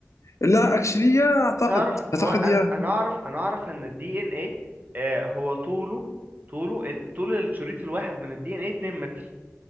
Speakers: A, on the left (about 75°); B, on the right (about 35°).
A: لا اكشلي يا اعتقد
B: تعرف
A: اعتقد
B: هو انا
A: يا
B: انا اعرف انا اعرف ان الدي ان ايه آه، هو طوله طوله آه، طول الشريط الواحد من الدي ان ايه 2 متر